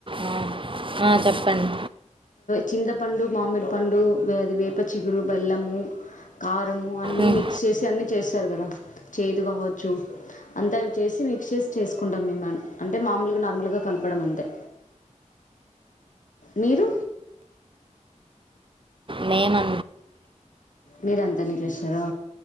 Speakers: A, on the right; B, on the left.
A: ఆ, ఆ, చెప్పండి
B: చింతపండు మామిడి పండు అది వేప చిగురు బెల్లము కారు అన్ని
A: ఉమ్,
B: మిక్స్ చేసి అన్ని చేస్తారు కదా చేదు కావచ్చు అంత అవి చేసి మిక్స్ చేసి చేసుకుంటాం మేముని అంటే మామూలుగా నార్మల్గా కలపడం అంతే మీరు
A: నేనా
B: మీరంతనే చేస్తారా